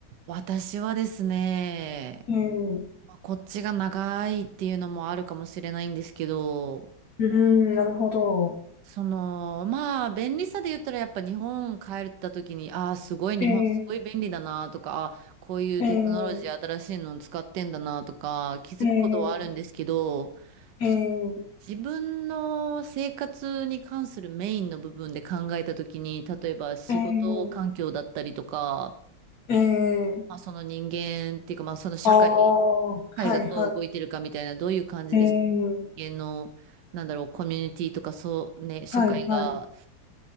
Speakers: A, on the right; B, on the left.
A: 私はですね、
B: ええう
A: まあこっちが長いっていうのもあるかもしれないんですけど、
B: ーん、なるほど。
A: その、まあ、便利さで言ったら、やっぱ日本帰った時に、ああ、すごい、日本すごい便利だなとか、
B: ええ
A: あーこういうテクノロジー新しいの使ってんだなとか、
B: ええ
A: 気づくことはあるんですけど、
B: えええ
A: そ自分の生活に関するメインの部分で考えた時に、例えば仕事環境だったりとか、
B: ええーえー
A: まあ、その人間っていうか、まあ、その社会、
B: ああー、
A: 社
B: はいは
A: 会がどう動いてるかみたいな、どういう感じです
B: い。ええ
A: 人間の、なんだろう、コミュニティとか、そうね、社会が、
B: はいはい。